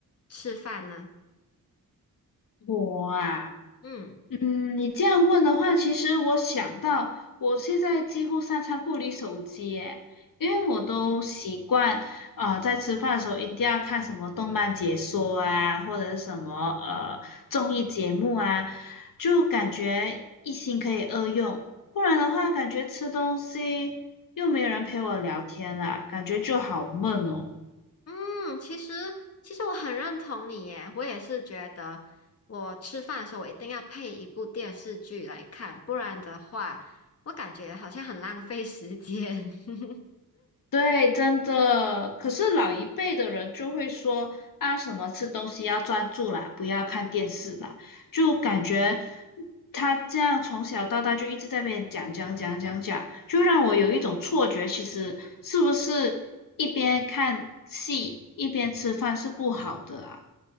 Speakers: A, on the left; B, on the left.
A: 吃饭呢？
B: 我啊，
A: 嗯
B: 嗯，你这样问的话，其实我想到，我现在几乎三餐不离手机耶，因为我都习惯，啊，在吃饭的时候一定要看什么动漫解说啊，或者是什么呃综艺节目啊，就感觉一心可以二用，不然的话，感觉吃东西又没有人陪我聊天啦，感觉就好闷哦。
A: 嗯，其实其实我很认同你耶，我也是觉得我吃饭的时候我一定要配一部电视剧来看，不然的话，我感觉好像很浪费时间。<laughs>
B: 对，真的。可是老一辈的人就会说啊，什么吃东西要专注啦，不要看电视啦，就感觉他这样从小到大就一直在被讲讲讲讲讲，就让我有一种错觉，其实是不是一边看戏一边吃饭是不好的啊？